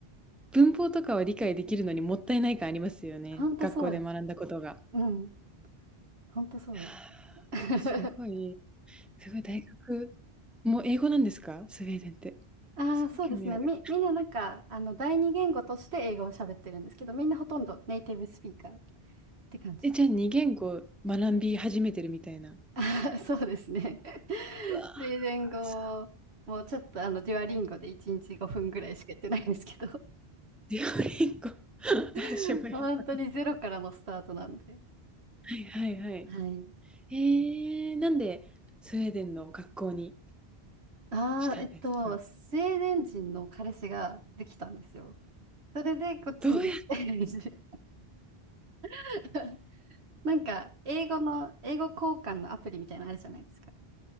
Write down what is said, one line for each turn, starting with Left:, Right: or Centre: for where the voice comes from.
Centre: 文法とかは理解できるのにもったいない感ありますよね。
Right: 本当そうです。
Centre: 学校で学んだことが。
Right: うん。本当そうです。
Centre: はあ、
Right: <laughs>
Centre: すごい、すごい大学も英語なんですか？スウェーデンって。
Right: ああ、
Centre: すごい興味ある。
Right: そうですね。み、みんななんか、あの、第二言語として英語を喋ってるんですけど、みんなほとんどネイティブスピーカーって感じ。
Centre: え、じゃあ二言語学び始めてるみたいな。
Right: <laughs> そうですね。
Centre: うわ、
Right: スイデン語もちょっとあのデュアリンゴで1日5分ぐらいしかやってないんですけど
Centre: すデュオリンゴ、
Right: <laughs>
Centre: 私もやったこと
Right: 本当にゼロからのスタートなんで。
Centre: はいはいはい。
Right: はい。
Centre: えーなんでスウェーデンの学校に
Right: ああ、
Centre: したんですか？
Right: えっと、スウェーデン人の彼氏ができたんですよ。それでこっちに移住
Centre: どうや
Right: <laughs> なんか、英語の、英語交換のアプリみたいなのあるじゃないですか。